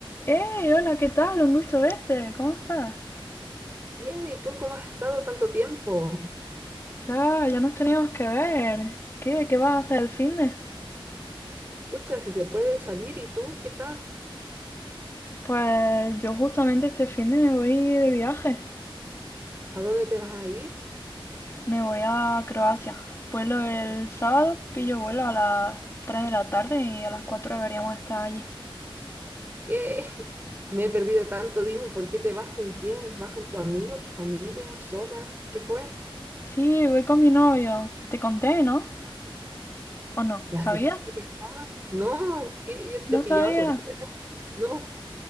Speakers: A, on the left; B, on the right.
A: ¡Hey! Hola, ¿qué tal? Un gusto verte. ¿Cómo estás?
B: Bien, ¿y tú cómo has estado tanto tiempo?
A: Ya, ya nos teníamos que ver. ¿Qué, qué vas a hacer el finde?
B: Pucha, si se puede salir, ¿y tú qué tal?
A: Pues yo justamente este finde me voy de viaje.
B: ¿A dónde te vas a ir?
A: Me voy a Croacia. Vuelo el sábado, pillo vuelo a las 3 de la tarde y a las 4 deberíamos estar allí.
B: Eh, <laughs> me he perdido tanto, dime, ¿por qué te vas con quién? ¿Vas con tu amigo, tu familia, sola? ¿Qué fue?
A: Sí, voy con mi novio. Te conté, ¿no? ¿O no?
B: ¿Ya
A: ¿Sabías?
B: hace cuánto que estabas? No, que yo te
A: No
B: pillaba
A: sabía.
B: soltera. No,